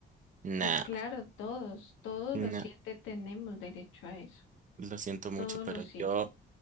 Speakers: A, on the right; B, on the left.
A: Nah,
B: Pues claro, todos, todos
A: nah.
B: los siete tenemos derecho a eso.
A: Lo siento
B: Todos
A: mucho, pero
B: los siete.
A: yo